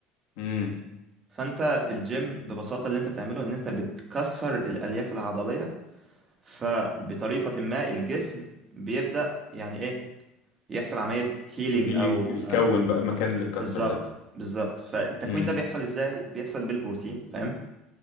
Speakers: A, on the left (about 75°); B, on the right (about 35°).
A: امم
B: فانت الجيم ببساطه اللي انت بتعمله ان انت بتكسر الالياف العضليه فبطريقه ما الجسم بيبدا يعني ايه يحصل عمليه هيلينج
A: بي-
B: او
A: بيكون
B: آه
A: بقى مكان اللي اتكسر
B: بالظبط
A: ده
B: بالظبط فالتكوين
A: امم
B: ده بيحصل ازاي بيحصل بالبروتين فاهم